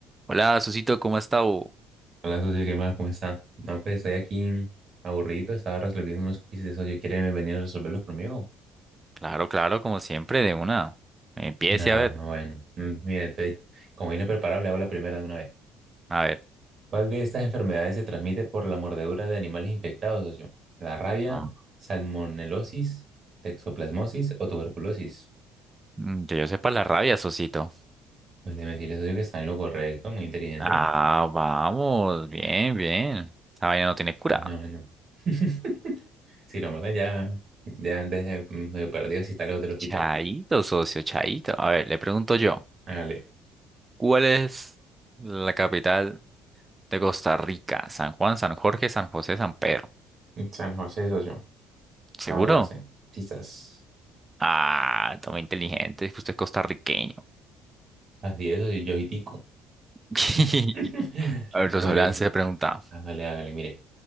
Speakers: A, on the right; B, on the right.
A: Hola, Susito, ¿cómo está? bu?
B: Hola, socio, ¿qué más? ¿Cómo está? No, pues estoy aquí aburrido, estaba resolviendo unos quizzes, socio, ¿quiere venir a resolverlos conmigo?
A: Claro, claro, como siempre, de una. Empiece
B: Ah,
A: a ver.
B: bueno, Mm, mire, te- como vine preparado, le hago la primera de una vez.
A: A ver.
B: ¿Cuál de estas enfermedades se transmite por la mordedura de animales infectados, socio? ¿La rabia,
A: no,
B: salmonelosis, toxoplasmosis o tuberculosis?
A: mm, Que yo sepa la rabia, Susito.
B: Pues déjeme decirle, socio, que está en lo correcto, muy inteligente.
A: Ah, vamos. Bien, bien. Esta vaina no tiene cura.
B: Ay, No, bueno. <laughs> Si lo matan ya, ya antes de medio perdido si está lejos del hospital.
A: Chaito, socio, chaito. A ver, le pregunto yo.
B: Hágale.
A: ¿Cuál es la capital de Costa Rica? San Juan, San Jorge, San José, San Pedro.
B: San José, socio. sea,
A: ¿Seguro?
B: me la sé. Quizás.
A: Ah, toma inteligente, es que usted es costarriqueño.
B: Así es, soy yo y tico.
A: <laughs>
B: <laughs>
A: A ver, socio,
B: No, mire,
A: le pregunta.
B: hágale, hágale, mire.